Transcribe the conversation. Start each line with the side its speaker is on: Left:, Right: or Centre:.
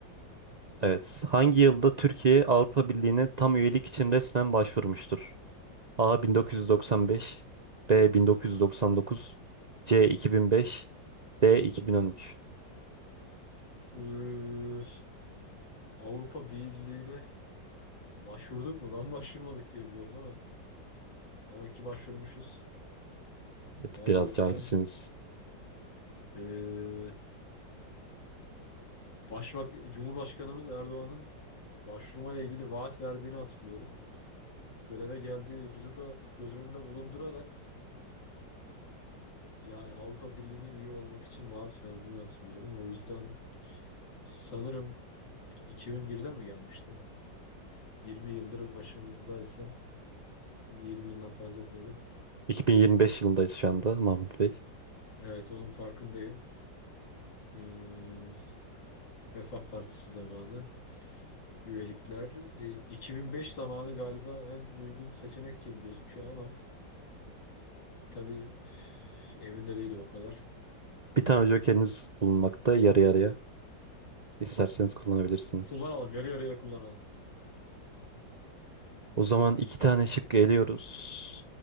Right: Evet. Hangi yılda Türkiye Avrupa Birliği'ne tam üyelik için resmen başvurmuştur? A 1995, B 1999, C 2005, D 2013.
Left: Eee, Avrupa Birliği'ne Başvurduk mu? Ben <laughs> başvurmadık diye biliyorum ama demek ki başvurmuşuz.
Right: Evet,
Left: Yani
Right: biraz
Left: o yüzden
Right: cahilsiniz.
Left: eee Başbak Cumhurbaşkanımız Erdoğan'ın başvurmayla ilgili vaat verdiğini hatırlıyorum. Göreve geldiği yılı da göz önünde bulundurarak yani Avrupa Birliği'ne üye olmak için vaat verdiğini hatırlıyorum. O yüzden sanırım 2001'de mi gelmişti? 20 yıldır başımızdaysa 20 yıldan fazla tabii.
Right: 2025 yılındayız şu anda Mahmut Bey.
Left: Evet onun farkındayım. Eee Refah Partisi zamanı. üyelikler. E, 2005 zamanı galiba en uygun seçenek gibi gözüküyor ama tabii üf, evinde değilim o kadar.
Right: Bir tane jokeriniz bulunmakta yarı yarıya. İsterseniz kullanabilirsiniz.
Left: Kullanalım, yarı yarıya kullanalım.
Right: O zaman iki tane şık geliyoruz.